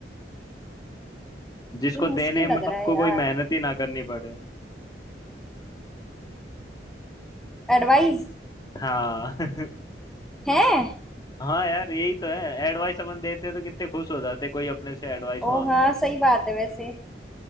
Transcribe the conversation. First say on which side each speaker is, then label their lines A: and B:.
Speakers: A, on the left; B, in the centre.
A: जिसको
B: ये मुश्किल
A: देने में
B: लग
A: आपको
B: रहा है यार
A: कोई मेहनत ही ना करनी पड़े
B: एडवाइस
A: हाँ <laughs>
B: है
A: हाँ यार यही तो है एडवाइस अपन देते तो कितने खुश हो जाते कोई अपने से एडवाइस
B: ओ
A: मांगता
B: हाँ
A: है
B: सही बात है वैसे